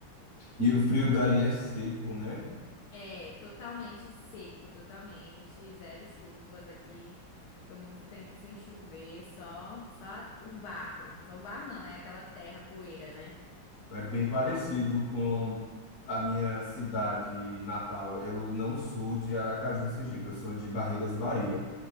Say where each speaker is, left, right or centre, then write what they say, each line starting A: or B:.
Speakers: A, on the left; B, on the left.
A: E o frio daí é seco, né?
B: É, totalmente seco, totalmente, zero chuvas aqui. Fica muito tempo sem chover, só só o barro. Só o barro não, né? Aquela terra, poeira, né?
A: É bem parecido com a minha cidade natal. Eu não sou de Aracaju, Sergipe, eu sou de Barreiras, Bahia.